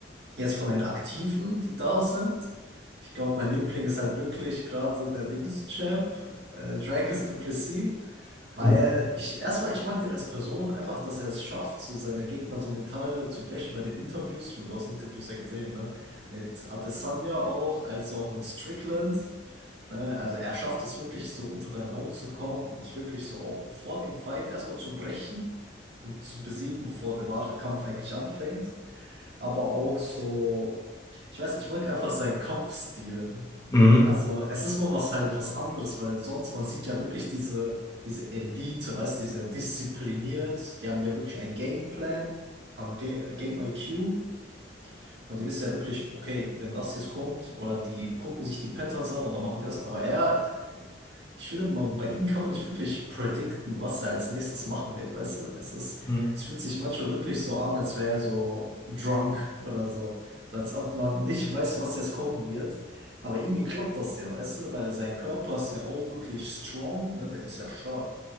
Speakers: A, on the right; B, on the left.
A: Jetzt von den Aktiven, die da sind. Ich glaube, mein Liebling ist halt wirklich gerade der Dings-Champ, äh, Dracus du Plessis,
B: <laughs>
A: weil ich erstmal, ich mag den als Person einfach, dass er es schafft, so seine Gegner so mental zu brechen bei den Interviews. Ich meine, du hast Interviews ja gesehen, ne? Mit Adesanya auch, als auch mit Strickland. Ne? Also er schafft es wirklich so unter deine Haut zu kommen und dich wirklich so auch vor dem Fight erstmal zu brechen und zu besiegen, bevor der wahre Kampf eigentlich anfängt aber auch so, ich weiß, ich mag einfach seinen Kampfstil.
B: Mhm.
A: Also es ist mal was halt was anderes, weil sonst man sieht ja wirklich diese, diese Elite, weißt, die sind diszipliniert, die haben ja wirklich einen Gameplan, haben Ga Game IQ und die wissen ja wirklich, okay, wenn das jetzt kommt oder die gucken sich die Patterns an und dann machen die das, aber er ich finde mal, bei ihm kann man nicht wirklich predikten, was er als nächstes machen wird, weißt du? Es ist,
B: Mhm.
A: es fühlt sich manchmal wirklich so an, als wäre er so drunk oder so. So als ob man nicht weiß, was jetzt kommen wird. Aber irgendwie klappt das ja, weißt du? Weil sein Körper ist ja auch wirklich strong, ne? Der ist ja stark.